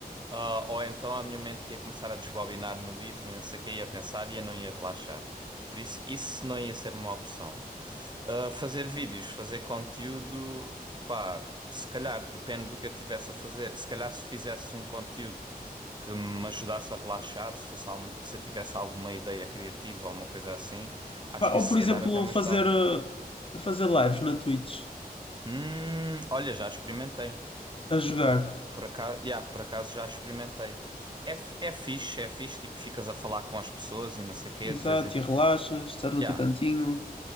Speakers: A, on the right; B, on the left.
A: ah, ou então a minha mente ia começar a desbobinar no livro e não sei o que ia pensar e eu não ia relaxar. Por isso, isso não ia ser uma opção. Ah, fazer vídeos, fazer conteúdo, pá, se calhar depende do que eu tivesse a fazer. Se calhar se fizesse um conteúdo que me ajudasse a relaxar, se fosse alguma, co- se eu tivesse alguma ideia criativa ou uma coisa assim, acho
B: Pá,
A: que
B: Ou
A: isso
B: por
A: se
B: exemplo,
A: calhar até me
B: fazer,
A: ajudava.
B: eh, fazer lives na Twitch,
A: Hum, olha, já experimentei.
B: a jogar.
A: Por, por acaso, yeah, por acaso já experimentei. É, f- é fixe, é fixe, tipo, ficas a falar com as pessoas e não sei o quê,
B: Exato,
A: de vez em,
B: e relaxas, estás
A: yeah,
B: no teu cantinho.